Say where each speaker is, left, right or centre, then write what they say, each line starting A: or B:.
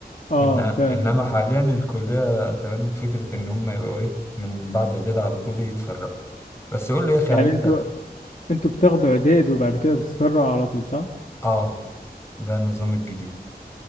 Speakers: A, on the left; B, on the left.
A: اه
B: إن انما
A: فاهم
B: حاليا الكليه تبنت فكره ان هم يبقوا ايه من بعد اعداد على طول يتفرعوا بس قول لي يا اخي
A: يعني
B: يعني
A: انتوا
B: انت
A: انتوا بتاخدوا اعداد وبعد كده بتتفرعوا على طول صح؟
B: اه ده النظام الجديد